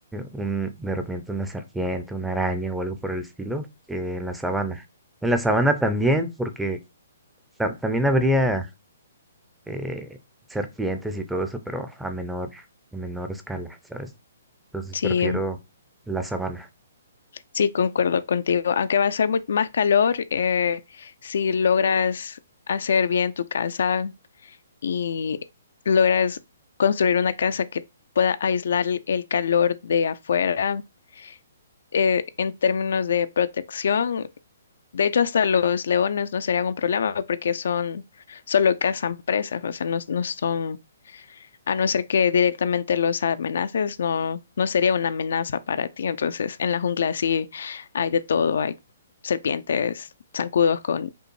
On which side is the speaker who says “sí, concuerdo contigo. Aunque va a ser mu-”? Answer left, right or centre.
Left